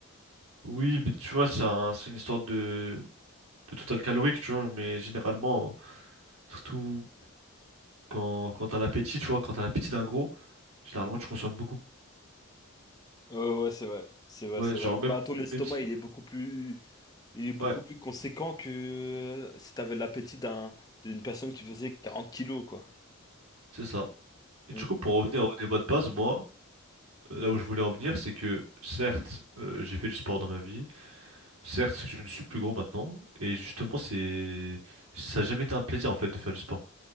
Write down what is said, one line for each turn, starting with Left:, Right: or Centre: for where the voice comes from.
Right: Oui, mais tu vois, c'est un- c'est une histoire de, de total calorique, tu vois, mais généralement, surtout quand, quand t'as l'appétit, tu vois, quand t'as l'appétit d'un gros, généralement tu consommes beaucoup.
Left: Euh, ouais, c'est vrai. C'est vrai,
Right: Ouais,
Left: c'est
Right: genre
Left: vrai.
Right: même,
Left: Bah, ton estomac,
Right: même si.
Left: il est beaucoup plus, il est beaucoup
Right: Ouais,
Left: plus conséquent que euh, si t'avais l'appétit d'un, d'une personne qui faisait 40 kilos, quoi.
Right: c'est ça. Et
Left: Mm.
Right: du coup, pour revenir au débat de base, moi, euh, là où je voulais en venir, c'est que certes, euh, j'ai fait du sport dans ma vie, certes, je ne suis plus gros maintenant, et justement, c'est. Ça n'a jamais été un plaisir en fait de faire du sport.